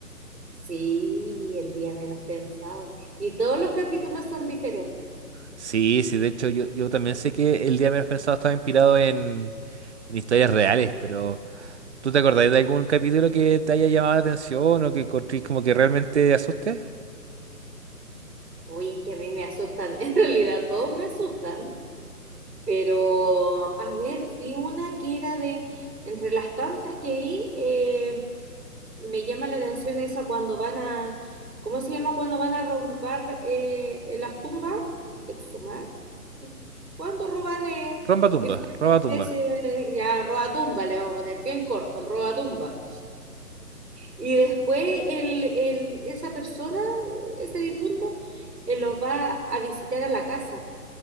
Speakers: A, on the right; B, on the right.
A: Sí, el día menos pensado. Y todos los capítulos son diferentes.
B: Sí, sí, de hecho yo, yo también sé que el día menos pensado estaba inspirado en, en historias reales, pero ¿tú te acordás de algún capítulo que te haya llamado la atención o que encontrís como que realmente te asuste?
A: Oye, es que a mí me asustan, <laughs> en realidad todos me asustan, pero a ver, vi una que era de, entre las tantas que vi, eh, me llama la atención esa cuando van a, ¿cómo se llama? Cuando van a robar eh, en las tumbas, exhumar, cuando roban eh,
B: Romba tumba,
A: diferentes
B: roba
A: especies,
B: tumba.
A: de- ya robatumba, le vamos a poner bien corto, el roba tumba Y después el, el- esa persona, ese difunto, eh, los va a visitar a la casa